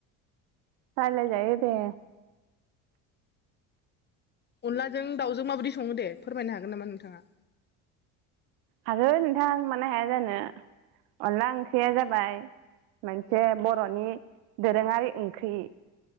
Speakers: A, on the right; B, on the left.
A: रायलायजायो दे।
B: अनलाजों दाउजों माबोदि सङो दे, फोरमायनो हागोन नामा नोंथाङा।
A: हागोन नोंथां मानो हाया जानो अनला ओंख्रिया जाबाय मोनसे बर'नि दोरोङारि ओंख्रि।